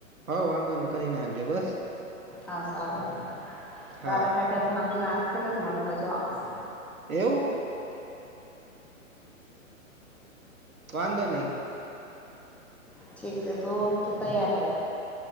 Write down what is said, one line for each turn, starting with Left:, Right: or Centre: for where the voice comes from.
Right: હ વાંધો નઈ કરી નાખજો બસ
Centre: હા સારું
Right: હા
Centre: તારા ટાટિયા ભાંગી નાખશે ને તો મને મજા આવશે
Right: એવું વાંધો નઈ
Centre: ઠીક છે તો તું તૈયાર રા